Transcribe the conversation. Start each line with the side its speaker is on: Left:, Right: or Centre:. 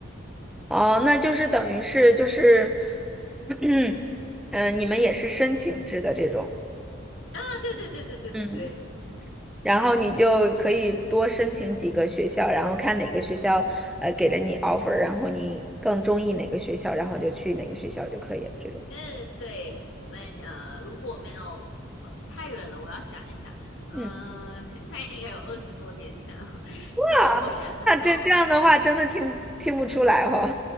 Centre: 哦，哦，那就是等于是就是，<clears throat> 嗯，呃你们也是申请制的这种，
Left: 啊。对对对对对对对，
Centre: 嗯。然后你就可以多申请几个学校，然后看哪个学校呃给了你 offer，然后你更中意哪个学校，然后就去哪个学校就可以了。这种，
Left: 嗯，对，我们呃如果没有呃太远了，我要想一想，嗯、
Centre: 嗯，<laughs>
Left: 呃那应该有二十多年前了。<laughs>
Centre: 啊，
Left: 就我选的时候，
Centre: 那这这样的话，真的听不听不出来哈，